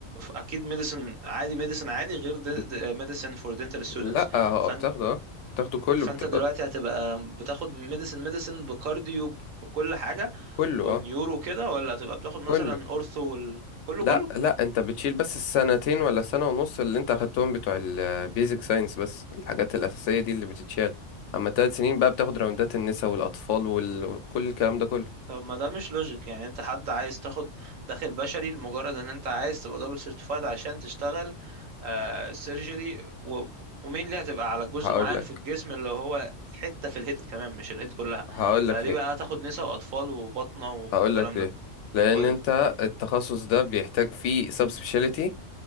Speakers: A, on the right; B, on the left.
A: اكيد ميديسن عادي ميديسن عادي غير
B: بت...
A: ميديسن فور دنتال ستودنتس
B: لا اه
A: فانت
B: آه، بتاخده اه بتاخده كله
A: فانت
B: بتبقى
A: دلوقتي هتبقى بتاخد ميديسن ميديسن بكارديو بكل حاجه
B: كله
A: ونيورو
B: اه
A: كده ولا هتبقى بتاخد
B: كله
A: مثلا اورثو وال- كله كله
B: لا لا انت بتشيل بس السنتين ولا سنة ونص اللي انت اخدتهم بتوع البيزك ساينس بس الحاجات الأساسية دي اللي بتتشال اما تلات سنين بقى بتاخد راوندات النساء والأطفال وال- وكل الكلام ده كله
A: طب ما ده مش لوجيك يعني انت حد عايز تاخد داخل بشري لمجرد ان انت عايز تبقى دبل سيرتيفايد عشان تشتغل آه سيرجري و... ومين اللي هتبقى على جزء
B: هقول
A: معين
B: لك
A: في الجسم اللي هو حتة في الهيد كمان مش الهيد كلها
B: هقول
A: فليه
B: لك ليه
A: بقى تاخد نساء واطفال وبطنة والكلام
B: هقول لك ليه
A: ده
B: لأن
A: قول
B: انت التخصص ده بيحتاج فيه سب سبيشاليتي